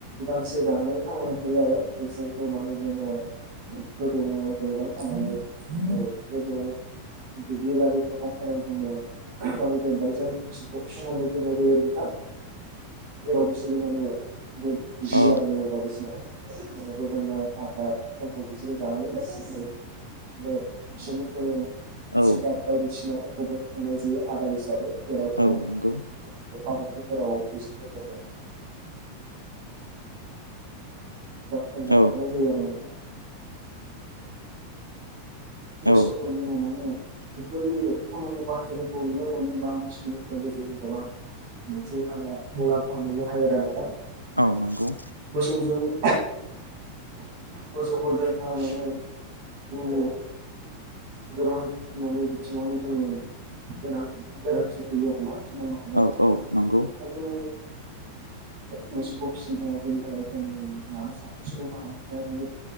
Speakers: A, on the right; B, on the left.
A: गांसो जानानै थांनानै थायो आरो बेसे औ माने जोङो गोदोनायाव दौलें खानानै <unintelligible> दुब्लिबारि फोथार फोराव जोङो <unintelligible> मोसौखौ खानानै दोन्नाय जायो आरो नोंथां जेराव बिसिनि‌ <unintelligible> दुब्लि
B: औ
A: बारिनि बायदिसिना <unintelligible> आरो मोसौनो जोङो
B: औ
A: जिगाब बायदिसिनाफोरखौबो होनाय जायो आदार हिसाबै जेराव जोङो
B: औ नंगौ
A: ओंखाम ओंख्रिफोराव बिसफोरबो दं <unintelligible> <unintelligible> दा
B: औ
A: जोंनाव मोसौखौ
B: औ
A: लिंहरनानै बेफोरबायदि खामानियाव बाहायनांगौ <unintelligible> मोनसे हानिया मुलाम्फा मोननो हायो आना नोंथां।
B: औ नंगौ।
A: मोसौ जोंनो मैसौखौ जों खानानैनो जोंनि गोबां ननि बिथिंआवनो जोंनि गोनां <unintelligible>
B: औ औ नंगौ।
A: <unintelligible> सुबुं माहारिनि थाखाय ओरैनो